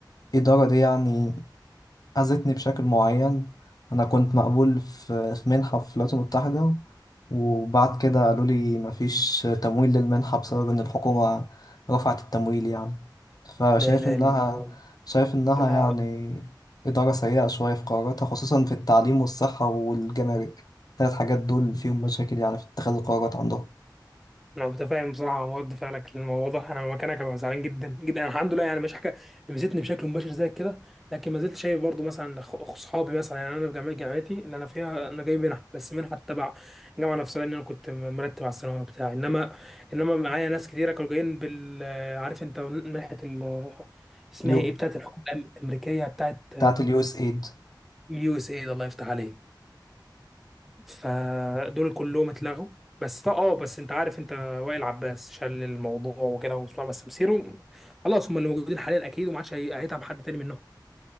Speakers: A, on the left; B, in the centre.
A: الإدارة دي يعني أذتني بشكل معين أنا كنت مقبول في في منحة في الولايات المتحدة وبعد كده قالوا لي مفيش تمويل للمنحة بسبب إن الحكومة رفعت التمويل يعني فشايف
B: لا اله
A: إنها
B: الا الله
A: شايف إنها
B: انا
A: يعني إدارة سيئة شوية في قراراتها خصوصا في التعليم والصحة والجمارك الثلاث حاجات دول فيهم مشاكل يعني في اتخاذ القرارات عندهم
B: انا متفاهم بصراحه مع رد فعلك للموضوع ده انا مكانك هبقى زعلان جدا جدا أنا الحمد لله يعني مش حاجه لمستني بشكل مباشر زي كده لكن ما زلت شايف برضو مثلا أخ- اصحابي مثلا يعني انا في جامعه جامعتي اللي انا فيها انا جاي منها بس منها تبع الجامعه نفسها لان انا كنت مرتب على الثانويه بتاعي انما انما معايا ناس كتيره كانوا جايين بال عارف انت منحه ال... اسمها
A: يو
B: ايه بتاعت الحكومه الامريكيه بتاعت
A: بتاعت اليو اس ايد
B: اليو اس اي الله يفتح عليك فدول كلهم اتلغوا بس طا- اه بس انت عارف انت وائل عباس شال الموضوع وكده وبتاع بس مسيره خلاص هم اللي موجودين حاليا اكيد وما عادش هي- هيتعب حد تاني منهم